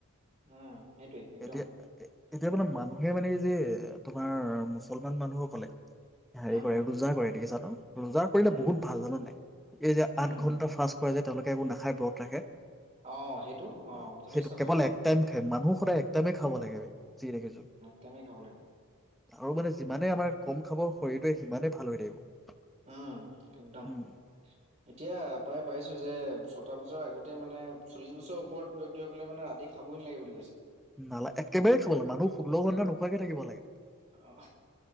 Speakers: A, on the right (about 30°); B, in the centre.
A: উম, সেইটোৱে একদম
B: এতিয়া, এতিয়া মানে মানুহে মানে যে তোমাৰ মুছলমান মানুহসকলে হেৰি
A: উম,
B: কৰে ৰোজা কৰে দেখিছা ন'। ৰজাৰ কৰিলে
A: উম,
B: বহুত ভাল জানো নাই এই যে
A: উম,
B: আঠ ঘণ্টা
A: উম।
B: ফাৰ্ষ্ট কৰে যে তেওঁলোকে একো নাখাই ব্ৰত ৰাখে।
A: অ', সেইটো
B: অ',
A: যথেষ্ট
B: সেইটো
A: ভাল
B: কেৱল
A: অ',
B: এক টাইম খাই মানুহ সদায় এক টাইমে খাব লাগে যি দেখিছো।
A: তুমিও খাব লাগিব।
B: আৰু মানে যিমানে আমাৰ কম খাব শৰীৰটোৱে সিমানে ভাল হৈ থাকিব।
A: উম, একদম
B: উম
A: এতিয়া প্ৰায় পাইছো যে ছটা বজাত বছৰ আগতে মানে চল্লিশ বছৰৰ ওপৰত ব্যক্তসকলে মানে ৰাতি খাবই নালাগে বুলি কৈছে।
B: নালাগে একেবাৰে খাব লাগে মানুহ ষোল্ল ঘণ্টা নোখোৱাকে থাকিব লাগে।
A: অ',